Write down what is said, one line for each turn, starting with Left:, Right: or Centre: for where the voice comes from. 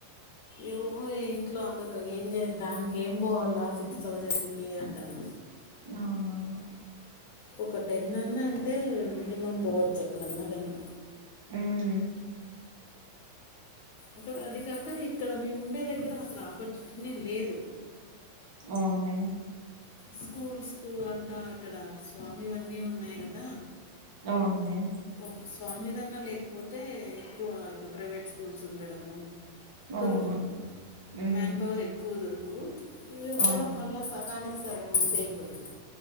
Left: ఏమో ఇంట్లో అందరు ఏం చేసి దానికి ఏం పోవాల సిక్స్ థౌజండ్కి అంటారు
Right: అవునవును
Left: ఒక టెన్ అన్నా అంటే మినిమం పోవచ్చు ఎక్కడన్నా కానీ
Right: ఉమ్
Left: అ అది కాక ఇక్కడ మేము ఉండే దగ్గర అసలు ఆపార్చునిటీ నే లేదు
Right: అవునులే
Left: స్కూల్స్కు అంటా ఇక్కడ స్వామి ఇవన్నీ ఉన్నాయి కదా
Right: అవునులే
Left: ఒక స్వామిదన్న లేకపోతే ఎక్కువ ఇట్లా ప్రైవేట్ స్కూల్స్ ఉండడము
Right: అవును
Left: దొరుకు
Right: ఉమ్
Left: మ్యాన్ పవర్ ఎక్కువ దొరుకు ఇది ఉండడం
Right: అవును
Left: వల్ల సగానికి సగం ఉంటే అయిపోయింది